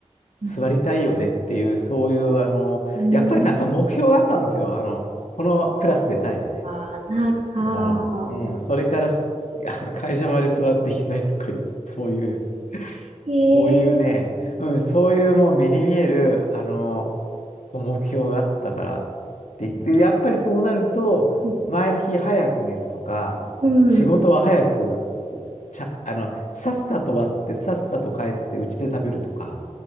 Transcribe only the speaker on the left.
座りたいよねっていう、
そういう、あの、
やっぱりなんか目標があったんですよ。あの、このクラス出たいみたい
な。ヨガの。うん。それからす、あの、会社まで座っていきたいとか、そういう。
そういうね、
うん、そういうもう目に見える、あの、こう目標があったから。
で、
で、やっぱりそうなると、
前の日早く寝るとか、
仕事は早く、おちゃ、あの、さっさと終わって、さっさと帰って家で食べるとか、